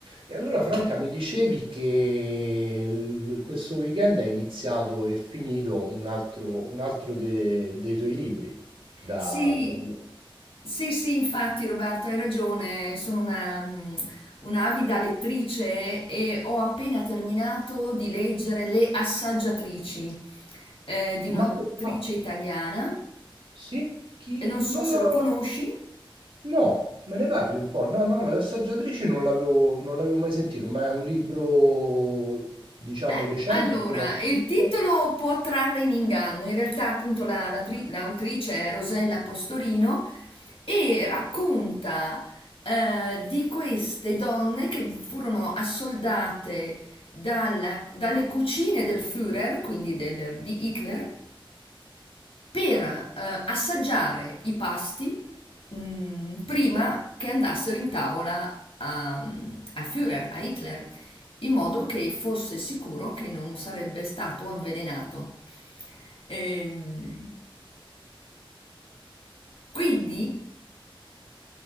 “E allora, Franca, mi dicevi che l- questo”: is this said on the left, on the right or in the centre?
Right